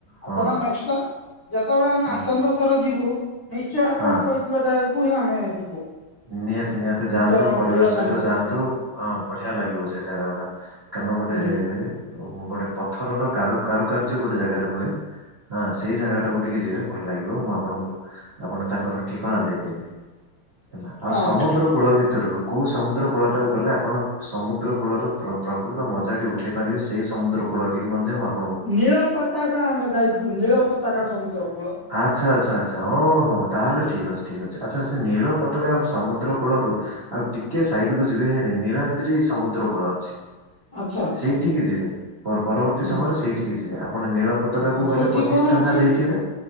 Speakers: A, on the left; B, on the right.
A: ଆପଣ
B: ହଁ ହଁ
A: ନେଷ୍ଟ ଟା ଯେତେବଳେ ଆମେ
B: ହୁଁ,
A: ଆସନ୍ଦ ଥର ଯିବୁ ନିଶ୍ଚୟ ଆପଣ
B: ହଁ।
A: କହି ଥିବେ ତାଙ୍କୁ ହିଁ ଆମେ ଯିବୁ।
B: ନିହାତି ନିହାତି ଯାଆନ୍ତୁ
A: ବିଚରଣ
B: ପରିବାର
A: କରିବା
B: ସହିତ
A: ପାଇଁ ଯିବୁ
B: ଯାଆନ୍ତୁ ହଁ ବଢିଆ ଲାଗିବ ସେ ଜାଗା ଗୁଡା। କାରଣ ଗୋଟେ
A: ହୁଁ
B: ଉ ମ ଗୋଟେ ପଥରର କାରୁ କାରୁକାର୍ଯ୍ୟ ଗୋଟେ ଜାଗାରେ ହୁଏ ହଁ ସେଇ ଜାଗାଟାକୁ ଟିକେ ଯିବେ। ଭଲ ଲାଗିବ ମୁଁ ଆପଣଙ୍କୁ ଆପଣ ତାଙ୍କର ଠିକଣା ଦେଇଦେବି। ହେଲା ଆଉ
A: ହଁ
B: ସମୁଦ୍ର କୂଳ ଭିତ ଭିତରୁ କୋଉ ସମୁଦ୍ର କୂଳ ଟାକୁ ଗଲେ ଆପଣ ସମୁଦ୍ର କୂଳର ପ୍ର ପ୍ରକୃତ ମଜା ଟି ଉଠେଇ ପାରିବେ ସେଇ ସମୁଦ୍ର କୂଳଟିକି ମଧ୍ୟ ମୁ ଆପ
A: ନୀଳ ପତାକା ଆମେ ଯାଇଥିଲୁ ନୀଳ ପତାକା ସମୁଦ୍ର କୂଳ।
B: ଆଚ୍ଛା ଆଚ୍ଛା ଆଚ୍ଛା ଓହୋ ତାହେଲେ ଠିକ୍ ଅଛି ଠିକ୍ ଅଛି ଆଚ୍ଛା ସେ ନୀଳ ପତ ନୀଳ ପତାକା ସମୁଦ୍ର କୂଳରୁ ଆଉ ଟିକେ ସାଇଡ କୁ ଯିବେ ହେରି ନୀଳାଦ୍ରୀ ସମୁଦ୍ର କୂଳ ଅଛି।
A: ଆଚ୍ଛା ଆଚ୍ଛା
B: ସେଇଠିକି ଯିବେ ପର ପରବର୍ତ୍ତୀ
A: ହୁଁ
B: ସମୟରେ ସେଇଠିକି ଯିବେ ଆପଣ ନୀଳ ପତକାକୁ
A: ଆଚ୍ଛା
B: ଗଲେ
A: ସେଠି
B: ପଚିଶି
A: କଣ
B: ଟଙ୍କା
A: ଅଛି
B: ଦେଇଥିବେ